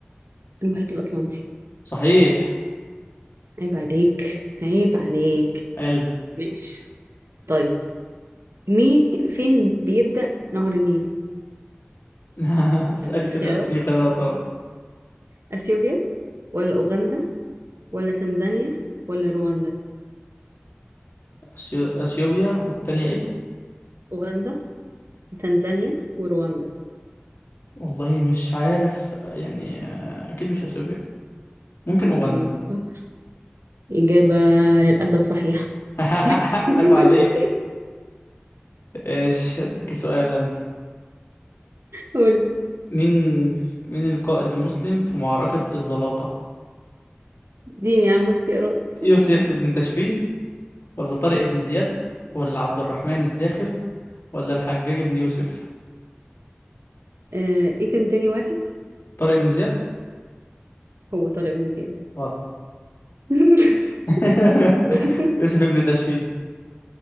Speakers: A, on the right (about 90°); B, on the left (about 75°).
A: المحيط الأطلنطي
B: صحيح
A: عيب عليك عيب عليك
B: حلو
A: ماشي طيب مين فين بيبدأ نهر النيل
B: <laughs> اسألي
A: أديك
B: كده
A: اختيارات
B: اديني خيارات اه
A: أثيوبيا ولا أوغندا ولا تنزانيا ولا رواندا
B: أثيو- أثيوبيا والتانية ايه
A: أوغندا تنزانيا ورواندا
B: والله مش عارف يعني آه، أكيد مش أثيوبيا ممكن أوغندا
A: مم. فكر إجابة للأسف صحيحة
B: <laughs>
A: <laughs>
B: عيب عليك ايش اديك سؤالا
A: قول
B: مين مين القائد المسلم في معركة الزلاقة
A: اديني يا عم اختيارات
B: يوسف بن تاشفين ولا طارق بن زياد ولا عبد الرحمن الداخل ولا الحجاج بن يوسف
A: آه، إيه كان تاني واحد
B: طارق بن زياد
A: هو طارق بن زياد
B: غلط
A: <laughs>
B: <laughs>
A: مين
B: يوسف بن تشفين